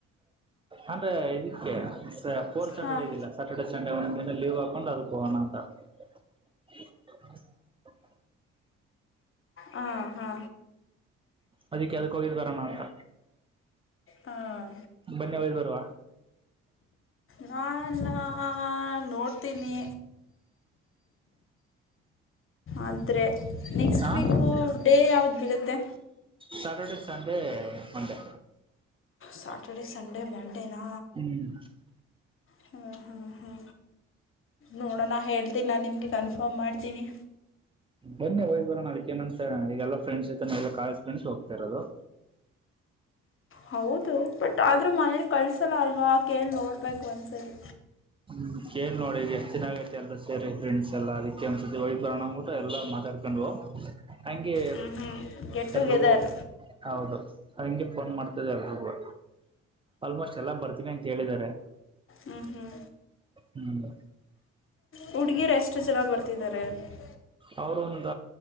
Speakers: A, on the right; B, on the left.
A: ಅಂದ್ರೆ ಇದಕ್ಕೆ. ಫೋರ್ ಸಾಟರ್ಡೆ
B: ಹಾಂ
A: ಇದಿಲ್ಲ ಸ್ಯಾಟರ್ಡೆ ಸಂಡೇ ಒಂದಿನ ಲೀವ್ ಹಾಕೊಂಡು ಅದಕ್ಕೆ ಹೋಗೋಣ ಅಂತ. <inaudible>
B: ಹಾ ಹಾ
A: ಅದಕ್ಕೆ ಅದಕ್ ಹೋಗಿದ್ ಬರೋಣ ಅಂತ
B: ಹಾಂ
A: ಬನ್ನಿ ಹೋಗಿದ್ ಬರುವ.
B: ನಾನ... ನೋಡ್ತೀನಿ? ಆದ್ರೆ. ನೆಕ್ಸ್ಟ್
A: ಹಾ
B: ವೀಕು ಡೇ ಯಾವ್ದು ಬೀಳುತ್ತೆ?
A: Saturday, Sunday, Monday,
B: Saturday, Sunday, ಮಂಡೆನಾ?
A: ಹ್ಮ್
B: ಹಾಂಹಾ ಹಾ ನೋಡೋಣ ಹೇಳ್ತೀನಿ ನಾನು ನಿಮಗೆ ಕನ್ಫರ್ಮ್ ಮಾಡ್ತೀನಿ.
A: ಬನ್ನಿ ಹೋಗಿದ್ದೆ ಬರೋಣ ಅದಕ್ಕೇನಂತೆ ಈಗಲ್ಲ ಫ್ರೆಂಡ್ಸ್ ಜೊತೆ ನ ಕಾಲೇಜ ಫ್ರೆಂಡಸ್ ಹೋಗ್ತರದು.
B: ಹೌದು. ಬಟ್ ಆದ್ರೂ ಮನೇೆಯಲ್ಲಿ ಕಳ್ಸಲ್ಲ ಅಲ್ವಾ ಕೇಳಿ ನೋಡ್ಬೇಕಕ್ ಒಂದ್ಸರಿ?
A: ಹ್ಮ್ ಕೇಳಿ ನೋಡಿ ಈಗ ಎಷ್ಟ್ ಜನ ಆಗೈತಿ ಎಲ್ಲರು ಸೇರಿ ಫ್ರೆಂಡ್ಸ್ ಎಲ್ಲಾ ಅದಕ್ಕೆ ಒಂದ್ ಸತಿ ಹೋಗಿ ಬರೋಣ ಅಂದ್ಬಿಟ್ಟು ಎಲ್ಲಾ ಮಾತಾಡ್ಕೊಂಡ್ ಹಂಗೆ
B: ಹ್ಞೂ ಹ್ಞೂ ಗೆಟ್ ಟು
A: ಎಲ್ರಿಗೂ
B: ಗೆದರ್.
A: ಹೌದು. ಹಂಗೆ ಫೋನ್ ಮಾಡ್ತಿದೆ ಎಲ್ರಿಗೂ. ಆಲ್ಮೋಸ್ಟ್ ಎಲ್ಲ ಬರ್ತೀನಿ ಅಂತ ಹೇಳಿದಿದ್ದಾರೆ.
B: ಹ್ಮ್ ಹ್ಮ್
A: ಹ್ಮ್
B: ಹುಡುಗೀರ ಎಷ್ಟ ಜನ ಬರ್ತಿದ್ದಾರೆ. <unintelligible>
A: ಅವರು ಒಂದ